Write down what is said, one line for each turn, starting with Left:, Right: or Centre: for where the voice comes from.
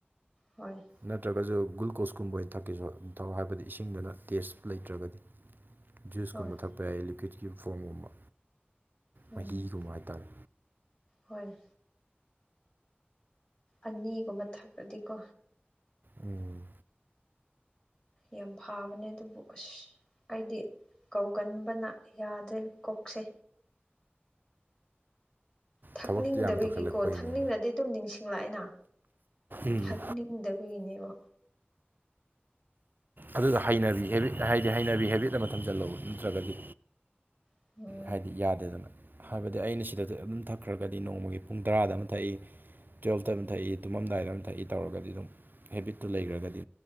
Left: ꯍꯣꯏ
Right: ꯅꯠꯇ꯭ꯔꯒꯁꯨ ꯒ꯭ꯂꯨꯀꯣꯁꯀꯨꯝꯕ ꯑꯣꯏꯅ ꯊꯛꯀꯦꯁꯨ ꯑꯗꯨꯝ ꯊꯛꯑꯣ ꯍꯥꯏꯕꯗꯤ ꯏꯁꯤꯡꯗꯅ ꯇꯦꯁ ꯂꯩꯇ꯭ꯔꯒꯗꯤ ꯖꯨꯁꯀꯨꯝꯕ
Left: ꯍꯣꯏ
Right: ꯊꯛꯄ ꯌꯥꯏ ꯂꯤꯀ꯭ꯋꯤꯠꯀꯤ ꯐꯣꯝꯒꯨꯝꯕ
Left: ꯎꯝ
Right: ꯃꯍꯤꯒꯨꯝꯕ ꯍꯥꯏꯇꯥꯔꯦ
Left: ꯍꯣꯏ ꯑꯅꯤꯒꯨꯝꯕ ꯊꯛꯔꯗꯤꯀꯣ
Right: ꯎꯝ
Left: ꯌꯥꯝ ꯐꯥꯕꯅꯦ ꯑꯗꯨꯕꯨ ꯑꯁ ꯑꯩꯗꯤ ꯀꯥꯎꯒꯟꯕꯅ ꯌꯥꯗ꯭ꯔꯦ ꯀꯣꯛꯁꯦ ꯊꯛꯅꯤꯡꯗꯕꯒꯤꯀꯣ
Right: ꯊꯕꯛꯇꯤ ꯌꯥꯝ ꯇꯧꯁꯜꯂꯛꯄꯩꯅꯤ
Left: ꯊꯛꯅꯤꯡꯉꯗꯤ ꯑꯗꯨꯝ ꯅꯤꯡꯁꯤꯡꯂꯛꯑꯦꯅ
Right: ꯎꯝ
Left: ꯊꯛꯅꯤꯡꯗꯕꯒꯤꯅꯦꯕ
Right: ꯑꯗꯨꯗꯣ ꯍꯩꯅꯕꯤ ꯍꯦꯕꯤꯠ ꯍꯥꯏꯗꯤ ꯍꯩꯅꯕꯤ ꯍꯦꯕꯤꯠ ꯑꯃ ꯊꯝꯖꯤꯜꯂꯣꯕ ꯅꯠꯇ꯭ꯔꯒꯗꯤ
Left: ꯎꯝ
Right: ꯍꯥꯏꯗꯤ ꯌꯥꯗꯦꯗꯅ ꯍꯥꯏꯕꯗꯤ ꯑꯩꯅ ꯁꯤꯗ ꯑꯗꯨꯝ ꯊꯛꯈ꯭ꯔꯒꯗꯤ ꯅꯣꯡꯃꯒꯤ ꯄꯨꯡ ꯇꯔꯥꯗ ꯑꯃ ꯊꯛꯏ ꯇꯨꯌꯦꯜꯐꯇ ꯑꯃ ꯊꯛꯏ ꯇꯨꯝꯃꯝꯗꯥꯏꯗ ꯑꯃ ꯊꯛꯏ ꯇꯧꯔꯒꯗꯤ ꯑꯗꯨꯝ ꯍꯦꯕꯤꯠꯇꯨ ꯂꯩꯒ꯭ꯔꯥꯒꯗꯤ